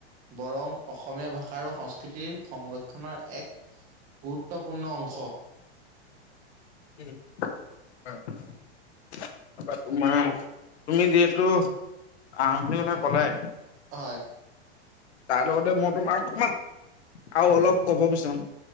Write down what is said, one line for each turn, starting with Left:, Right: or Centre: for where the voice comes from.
Right: বৰং অসমীয়া ভাষা আৰু সংস্কৃতিৰ সংৰক্ষণৰ এক গুৰুত্বপূৰ্ণ অংশ।
Left: উম হয়। তাৰপৰা তোমাৰ, তুমি যিহেতু আৰম্ভণিৰ কথা ক'লাই
Right: হয়।
Left: তাৰ লগতে মই তোমাক অকমান আৰু অলপ কব বিচাৰো।